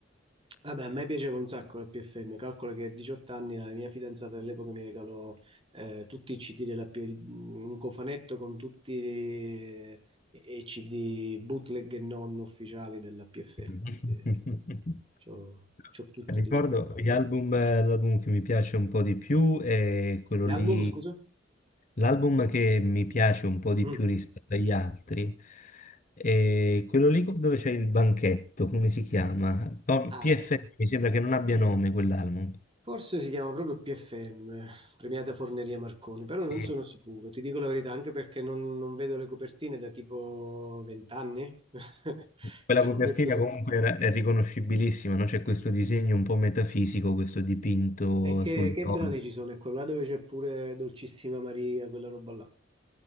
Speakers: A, on the right; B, on the left.
A: Vabbè, a me piaceva un sacco la PFM, calcolo che a 18 anni la mia fidanzata dell'epoca mi regalò eh, tutti i CD della P- il- un cofanetto con tutti i, i CD bootleg e non ufficiali della PFM,
B: <laughs>
A: quindi eh, c'ho, c'ho tutto
B: Ricordo
A: di quella roba.
B: gli album, eh, l'album che mi piace un po' di più è quello
A: Gli
B: lì
A: album, scusa?
B: L'album che mi piace un po' di
A: Mm.
B: più rispetto agli altri è quello lì dove c'è il banchetto, come si chiama? Po-
A: Ah,
B: PFM,
A: eh.
B: mi sembra che non abbia nome quell'album.
A: Forse si chiama proprio PFM, Premiata Forneria Marconi, però
B: Sì.
A: non sono sicuro, ti dico la verità, anche perché non, non vedo le copertine da tipo 20 anni, <laughs>
B: Quella
A: cioè
B: copertina
A: non metto...
B: comunque era- è riconoscibilissima, no? C'è questo disegno un po' metafisico, questo dipinto
A: E che,
B: sul
A: che
B: viola.
A: brani ci sono? Ecco, là dove c'è pure Dolcissima Maria, quella roba là.